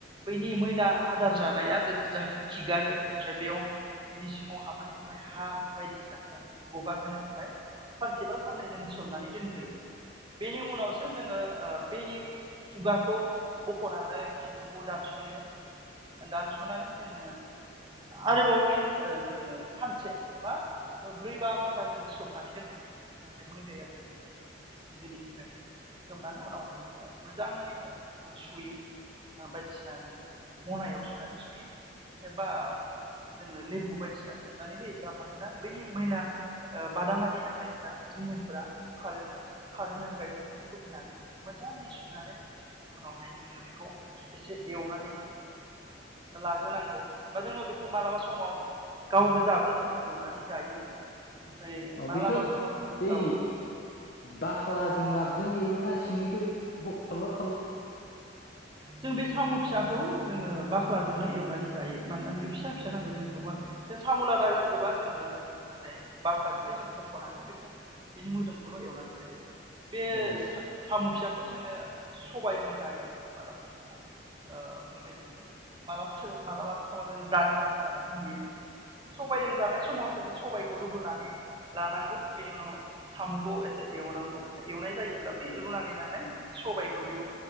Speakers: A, on the right; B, on the left.
A: बैनि मैला आदार जानाया जाहाथे खिगारो ओमफ्राय बेयाव बिनि सिङाव हाबनानै। हा बायदिसिना फि गगार होनो थाखाय सानसेबा। सानै जोङो सोमनानै दोनग्रोयो बेनि उनावसो जोङो बेनि खुगाखौ। बख'नानै खिबुखौ दानस'यो। दानस'नानै जोङो आरोबाव फिन जोङो। सानसे बा ब्रै बा घन्टा जोंनो सोमनानै दोनफिनो जाहाथे मैलाया गयो। बेनि थाखाय सोमनानै उनावहाय जोङो मोजाङै सुयो। बायदिसिना जो मनायाव सुनानै एबा जोङो लेबु बायदिसिना सेबनानै होयोब्ला मानोना बैनि मैना। बादामालि नांनायफोरा जिनिरफोरा खारो खारहोनो थाखाय जों बेफोरखौ होनानै मोजाङै सुनानै उनावहाय जोङो बेखौ एसे एवनानै लाग्रोनांगौ बा जोङो बेखौ मालाबा समाव गाव गोजाबो जोङो एवनानै जायो। ओमफ्राय
B: अ
A: मालाबा
B: बेखौ
A: समाव जों
B: बै
A: औ
B: बाख्लाजों लाब‌ जों एवना सिंनिखौ थलद
A: जों बे साम' फिसाखौ जोङो बाख्लाजोंनो एवनानै जायो मानोना बे फिसा फिसा नालाय जों बेखौबो सामुला दायखौबा जोङो नाथाय बाख्लानिफ्राय बख'नानै बेखौ बिनि मोदोमखौल' एवनानै जायो बे
B: औ
A: साम' फिसाखौ जोङो सबायजों जायो मालाबा समाव अ बेबायदिनो माबा मालाबा समाव जोङो दालिजोंबो जानायखौ नुयो सबायजों जानाय समाव जोङो सबायखौ रुगोरनानै लानांगौ बेनि उनाव साम'खौ एसे एवनांगौ एवनाय जायोब्ला बै रुनानि लानाय सबायखौ बेयाव